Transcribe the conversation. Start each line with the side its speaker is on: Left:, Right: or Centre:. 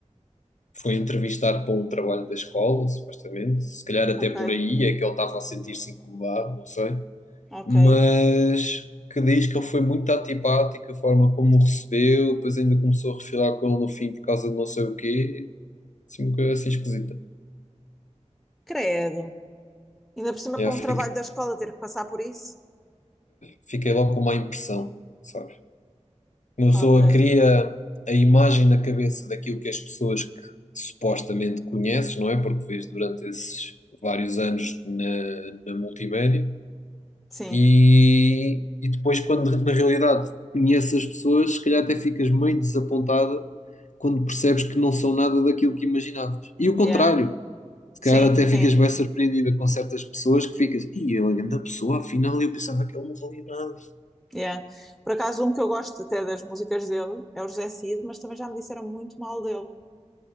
Left: foi entrevistar para um trabalho da escola, supostamente. Se calhar até
Centre: Ok,
Left: por aí é que ele estava a sentir-se incomodado, não sei.
Centre: ok.
Left: Mas que diz que ele foi muito antipático, a forma como o recebeu, depois ainda começou a refilar com ele no fim por causa de não sei o quê. Assim, uma coisa assim esquisita.
Centre: Credo. Ainda por cima
Left: Já
Centre: para
Left: fiquei,
Centre: um trabalho da escola ter que passar por isso.
Left: fiquei logo com má impressão, sabe? Uma
Centre: Ok,
Left: pessoa cria a imagem na cabeça daquilo que as pessoas que supostamente conheces, não é? Porque vês durante esses vários anos na, na multimédia
Centre: sim,
Left: E, e depois, quando na realidade conheces as pessoas, se calhar até ficas meio desapontada quando percebes que não são nada daquilo que imaginavas. E o
Centre: yeah,
Left: contrário, se calhar
Centre: sim,
Left: até
Centre: sim,
Left: ficas bem surpreendida com certas pessoas que ficas, e ele é grande pessoa, afinal eu pensava que ele não valia nada.
Centre: yeah. Por acaso, um que eu gosto até das músicas dele é o José Cid, mas também já me disseram muito mal dele,